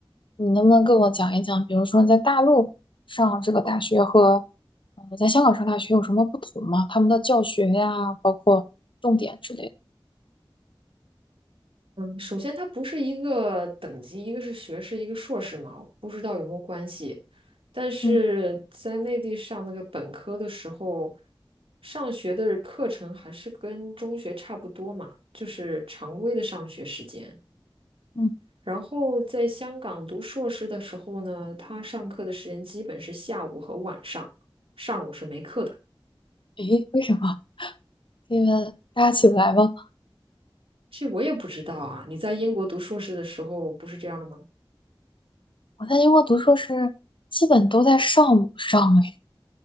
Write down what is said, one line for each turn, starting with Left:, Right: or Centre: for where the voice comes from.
Left: 你能不能跟我讲一讲，比如说在大陆上这个大学和呃在香港上大学有什么不同吗？他们的教学呀，包括重点之类的。
Right: 首先，它不是一个等级，一个是学士，一个硕士嘛，我不知道有没有关系。但是在内地上那个本科的时候，
Left: 嗯
Right: 上学的课程还是跟中学差不多嘛，就是常规的上学时间。
Left: 嗯，
Right: 然后在香港读硕士的时候呢，他上课的时间基本是下午和晚上，上午是没课的。
Left: 诶，为什么？是因为大家起不来吗？
Right: 这我也不知道啊，你在英国读硕士的时候不是这样的吗？
Left: 我在英国读硕士，基本都在上午上诶，